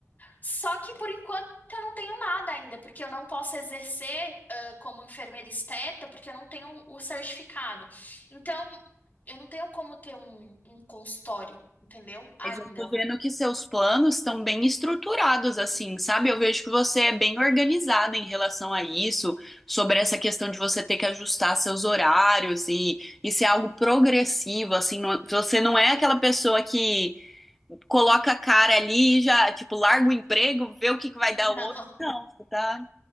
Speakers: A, on the left; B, in the centre.
A: Só que por enquanto eu não tenho nada ainda, porque eu não posso exercer ah, como enfermeira esteta, porque eu não tenho o certificado. Então, eu não tenho como ter um, um consultório, entendeu? Ainda.
B: Mas eu tô vendo que seus planos estão bem estruturados, assim, sabe? Eu vejo que você é bem organizada em relação a isso, sobre essa questão de você ter que ajustar seus horários e isso é algo progressivo, assim, não- você não é aquela pessoa que coloca a cara ali e já, tipo, larga o emprego, vê o que que vai
A: <laughs>
B: dar
A: Não.
B: o outro. Não, você tá.